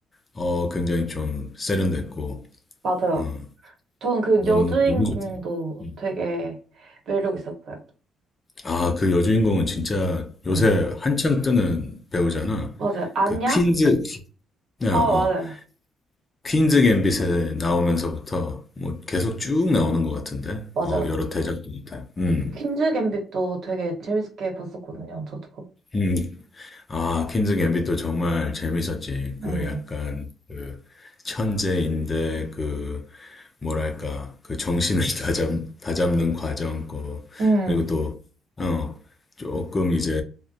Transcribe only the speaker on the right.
맞아요.
저는 그
여주인공도
되게 매력 있었어요.
음,
맞아요. 안냐?
아,
맞아요.
맞아요.
퀸즈 갬빗도 되게 재밌게 봤었거든요. 저도.
응.
음,